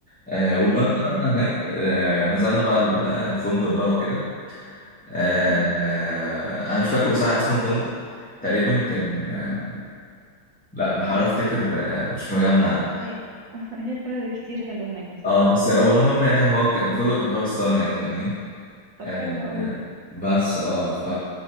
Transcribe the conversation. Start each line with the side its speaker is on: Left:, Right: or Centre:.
Centre: آه والمهم
Right: أيوه
Centre: رحنا
Right: أيوه
Centre: هناك آه نزلنا بقى ال- الفندق بقى وكده آه
Right: امم
Centre: آه أنا مش فاكر بصراحة اسم الفندق تقريبا كان آه لا بحاول أفتكر آه مش مجمع
Right: هي <laughs> هي الفنادق كتير حلوة هناك بصراحة
Centre: اه بس هو المهم يعني هو كان الفندق كان فايف ستار يعني فاهماني
Right: طب
Centre: آه،
Right: حلو قوي
Centre: آه،
Right: ده
Centre: بس اه ف